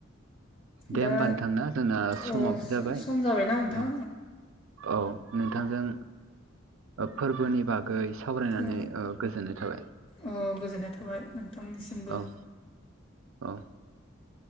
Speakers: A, on the right; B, on the left.
A: दे
B: दा
A: होमबा नोंथांना जोंना समाबो
B: ओ अ
A: जाबाय
B: सम जाबायना नोंथां
A: औ औ नोंथांजों फोरबोनि बागै सावरायनानैओ
B: औ
A: गोजोननाय थाबाय
B: औ गोजोननाय थाबाय नोंथांनिसिमबो
A: औ औ